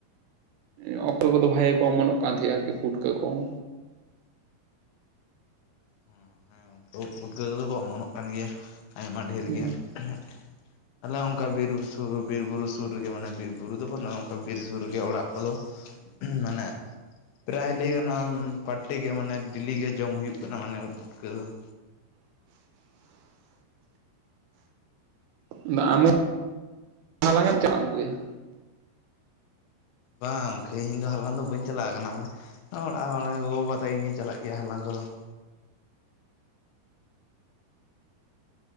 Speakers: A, on the right (about 80°); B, on the left (about 80°).
A: <unintelligible> ᱠᱚᱫᱚ ᱵᱷᱟᱜᱮ ᱠᱚ ᱚᱢᱚᱱᱚᱜ ᱠᱟᱱ ᱛᱟᱦᱮᱸᱜᱼᱟ ᱟᱨᱠᱤ ᱯᱩᱴᱠᱟᱹ ᱠᱚ ᱾
B: ᱦᱮᱸ ᱩᱫ ᱯᱩᱴᱠᱟᱹ ᱫᱚᱠᱚ ᱚᱢᱚᱱᱚᱜ ᱠᱟᱱ ᱜᱮᱭᱟ ᱟᱭᱢᱟ ᱰᱷᱮᱨ
A: ᱦᱮᱸ
B: ᱜᱮ ᱦᱟᱸᱜ ᱾ ᱟᱞᱮ ᱚᱱᱠᱟ ᱵᱤᱨ ᱥᱩᱨ ᱵᱤᱨ ᱵᱩᱨᱩ ᱥᱩᱨ ᱨᱮᱜᱮ ᱢᱟᱱᱮ ᱵᱤᱨ ᱵᱩᱨᱩ ᱫᱚ ᱵᱟᱹᱱᱩᱜᱼᱟ ᱚᱱᱠᱟ ᱵᱤᱨ ᱥᱩᱨ ᱨᱮᱜᱮ ᱚᱲᱟᱜ ᱠᱚᱫᱚ ᱢᱟᱱᱮ ᱯᱨᱟᱭ ᱞᱟᱹᱭ ᱜᱟᱱᱚᱜᱼᱟ ᱯᱟᱨᱴᱤ ᱜᱮ ᱢᱟᱱᱮ ᱰᱮᱞᱤ ᱜᱮ ᱡᱚᱢ ᱦᱩᱭᱩᱜ ᱠᱟᱱᱟ ᱢᱟᱱᱮ ᱩᱫ ᱯᱩᱴᱠᱟᱹ ᱫᱚ ᱾
A: ᱟᱫᱚ ᱟᱢ ᱦᱚᱸ ᱦᱟᱞᱟᱸᱜ ᱮᱢ ᱪᱟᱜᱞᱟᱜ ᱟᱹᱜᱩ ᱜᱮᱭᱟ?
B: ᱵᱟᱝ ᱜᱚᱢᱠᱮ ᱤᱧ ᱫᱚ ᱦᱟᱞᱟᱝ ᱫᱚ ᱵᱟᱹᱧ ᱪᱟᱞᱟ ᱟᱠᱟᱱᱟ ᱢᱟᱱᱮ ᱚᱲᱟᱜ ᱦᱚᱲ ᱜᱮ ᱜᱚᱜᱚ ᱵᱟᱵᱟ ᱛᱟᱹᱠᱤᱱ ᱠᱤᱱ ᱪᱟᱞᱟᱜ ᱜᱮᱭᱟ ᱦᱟᱞᱟᱝ ᱠᱚᱫᱚ ᱾